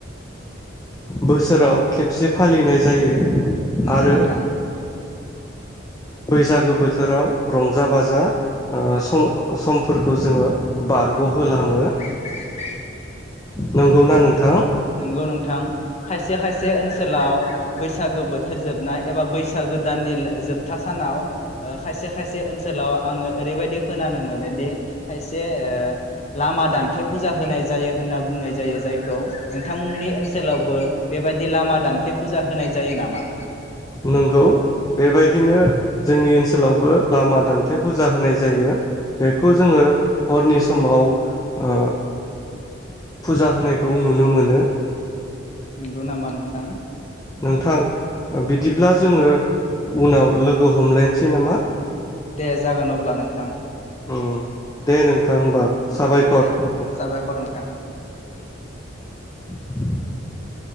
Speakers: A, on the left; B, on the left.
A: बोसोराव खेबसे फालिनाय जायो।
B: नंगौ
A: आरो
B: नोंथां।
A: बैसागो बोथोराव रंजा बाजा ओ सम समफोरखौ जोङो बारग'होलाङो।
B: <inaudible>
A: नंगौ ना नोंथां?
B: नंगौ नोंथां। खायसे खायसे ओनसोलाव बैसागो बोथोर जोबनाय एबा बैसागो दाननि जोबथा सानाव ओ खायसे खायसे ओनसोलाव आङो ओरैबायदि खोनानो मोनोदि खायसे ओ लामा दान्थे फुजा होनाय जायो होनना बुंनाय जायो जायखौ नोंथांमोननि ओनसोलावबो बेबायदि लामा दान्थे फुजा होनाय जायो नामा?
A: नंगौ बेबायदिनो जोंनि ओनसोलावबो लामा दान्थे फुजा होनाय जायो बेखौ जोङो हरनि समाव ओ फुजा होनायखौ नुनो मोनो।
B: नंगौ नामा नोंथां?
A: नोंथां बिदिब्ला जोङो उनाव लोगो हमलायनोसै नामा?
B: दे जागोन अब्ला नोंथां।
A: उम दे नोंथां होमबा। साबायखर
B: दे अब्ला
A: नोंथां।
B: साबायखर नोंथां।
A: <inaudible>